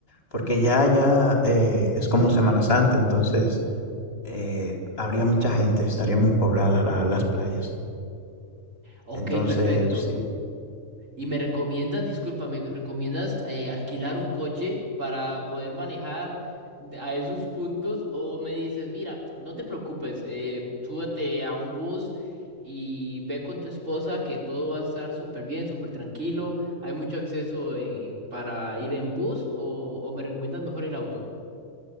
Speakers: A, on the left; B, on the right.
A: porque ya, ya eh, es como Semana Santa, entonces eh, habría mucha gente, estaría muy poblada la- las playas.
B: Ok,
A: Entonces,
B: perfecto.
A: sí,
B: Y me recomiendas, disculpa, me recomiendas eh, alquilar un coche para poder manejar de- a esos puntos o me dices, mira, no te preocupes, eh, súbete a un bus y ve con tu esposa que todo va a estar súper bien, súper tranquilo, hay mucho acceso en- para ir en bus o, o me recomiendas mejor el auto.